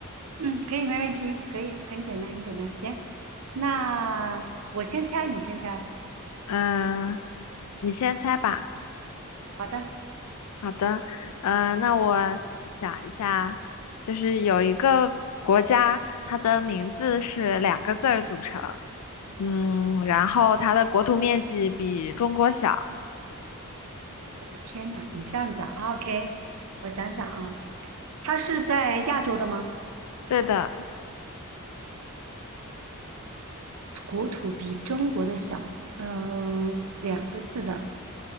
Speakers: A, on the right; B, on the left.
A: 嗯，可以，没问题，可以，很简单，很简单。行，那我先猜，你先猜。
B: 嗯，你先猜吧。
A: 好的，
B: 好的，嗯，那我想一下，就是有一个国家，它的名字是两个字儿组成，嗯，然后它的国土面积比中国小。
A: 我的天呐，你这样子啊啊？OK，我想想啊，它是在亚洲的吗？
B: 对的。
A: 国土比中国的小，呃，两个字的，